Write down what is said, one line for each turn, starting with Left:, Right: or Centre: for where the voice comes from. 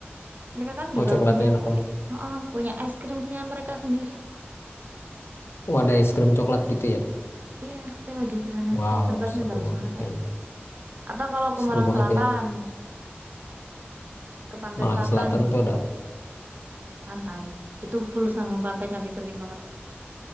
Right: Mereka kan juga
Left: Oh coklatnya
Right: punya
Left: enak
Right: kayak,
Left: banget.
Right: oh, punya ice creamnya mereka sendiri.
Left: Oh ada es krim coklat gitu ya?
Right: Iya, teh wajib ke sana
Left: Wow
Right: sih. Tempatnya
Left: seru
Right: bagus
Left: banget
Right: banget,
Left: kayaknya.
Right: Kak. Atau kalau ke
Left: Seru
Right: Malang
Left: banget
Right: Selatan,
Left: ya.
Right: ke Pantai
Left: Malang
Right: Selatan,
Left: Selatan tuh ada
Right: pantai. Itu full sama pantai cantik-cantik banget.